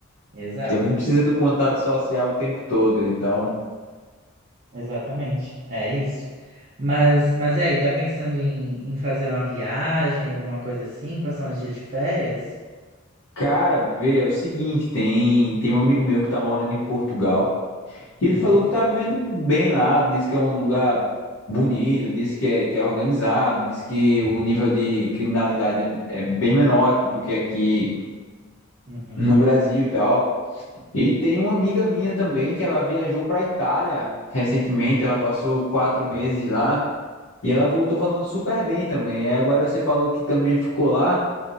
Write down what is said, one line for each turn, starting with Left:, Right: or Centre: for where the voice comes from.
Right: Exato,
Left: Também precisa do contato social o tempo todo. Então,
Right: exatamente. É isso. Mas, mas e aí, tá pensando em, em fazer uma viagem, alguma coisa assim, passar uns dias de férias?
Left: cara, vê, é o seguinte, tem, tem um amigo meu que tá morando em Portugal. E ele
Right: Uhum,
Left: falou que tá vivendo bem lá, disse que é um lugar bonito, disse que é, que é organizado, disse que o nível de criminalidade é, é bem menor do que aqui
Right: uhum,
Left: no Brasil e tal. E tem uma amiga minha também que ela viajou pra Itália recentemente, ela passou quatro meses lá e ela voltou falando super bem também. Aí agora você falou que também ficou lá,